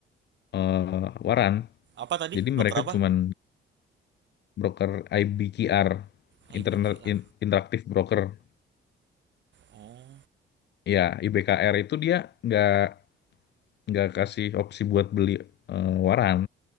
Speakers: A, on the left; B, on the right.
A: eh, waran,
B: apa tadi
A: jadi
B: broker
A: mereka
B: apa
A: cuman broker IBKR
B: IBKR.
A: Internet In- interaktif Broker
B: Oh,
A: ya IBKR itu dia nggak nggak kasih opsi buat beli eh, waran